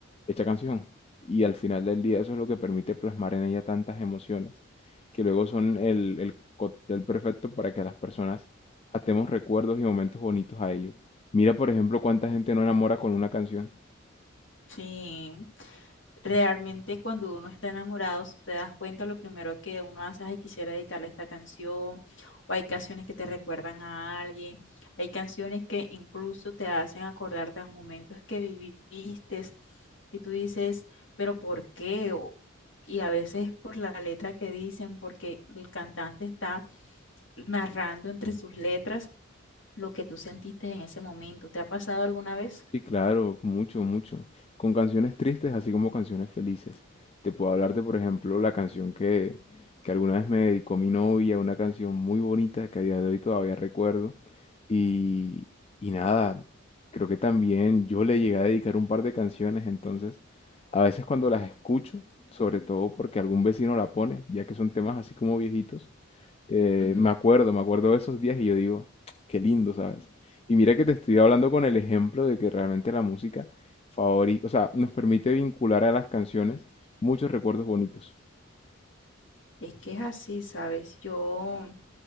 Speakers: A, on the left (about 30°); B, on the left (about 65°).
A: hecha canción. Y al final del día eso es lo que permite plasmar en ella tantas emociones, que luego son el, el cóctel perfecto para que las personas atemos recuerdos y momentos bonitos a ello. Mira, por ejemplo, cuánta gente no enamora con una canción.
B: sí. Realmente cuando uno está enamorado, si te das cuenta, lo primero que uno hace es "Ay, quisiera dedicarle esta canción, o hay canciones que te recuerdan a alguien, hay canciones que incluso te hacen acordarte a momentos que viviste y tú dices, pero ¿por qué? O- y a veces por la letra que dicen, porque el cantante está narrando entre sus letras lo que tú sentiste en ese momento. ¿Te ha pasado alguna vez?
A: Sí, claro, mucho, mucho. Con canciones tristes, así como canciones felices. Te puedo hablar de, por ejemplo, la canción que, que alguna vez me dedicó mi novia, una canción muy bonita que a día de hoy todavía recuerdo. Y, y nada, creo que también yo le llegué a dedicar un par de canciones, entonces a veces cuando las escucho, sobre todo porque algún vecino la pone, ya que son temas así como viejitos, eh,
B: <laughs> Ujú.
A: me acuerdo, me acuerdo de esos días y yo digo, qué lindo, ¿sabes? Y mira que te estoy hablando
B: Mm.
A: con el ejemplo de que realmente la música favori- o sea, nos permite vincular a las canciones muchos recuerdos bonitos.
B: Es que es así, ¿sabes? Yo